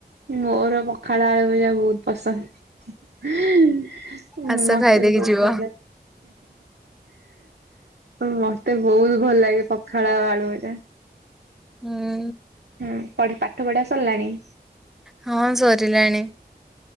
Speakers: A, on the right; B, in the centre.
A: ମୋର ପଖାଳ ଆଳୁ ଭଜା ବହୁତ ପସନ୍ଦ।
B: ଆସ
A: ମତେ
B: ଖାଇଦେଇକି
A: ବି ବହୁତ
B: ଯିବ।
A: ଭଲ। ମତେ ବହୁତ ଭଲ ଲାଗେ ପଖାଳ ଆଉ ଆଳୁଭଜା।
B: ହୁଁ।
A: ହୁଁ ପଢି ପାଠ ପଢ଼ା ସଲାଣି?
B: ହଁ ସରିଲାଣି।